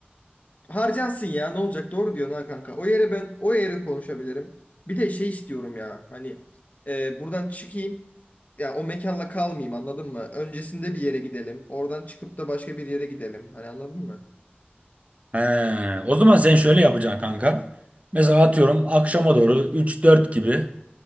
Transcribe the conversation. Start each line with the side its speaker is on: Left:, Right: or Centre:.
Left: Harcansın ya ne olacak doğru diyorsun ha kanka. O yere ben o yere konuşabilirim. Bir de şey istiyorum ya hani e, buradan çıkayım ya o mekanla kalmayayım anladın mı? Öncesinde bir yere gidelim. Oradan çıkıp da başka bir yere gidelim. Hani anladın mı?
Right: He, o zaman sen şöyle yapacaksın kanka. Mesela atıyorum akşama doğru üç dört gibi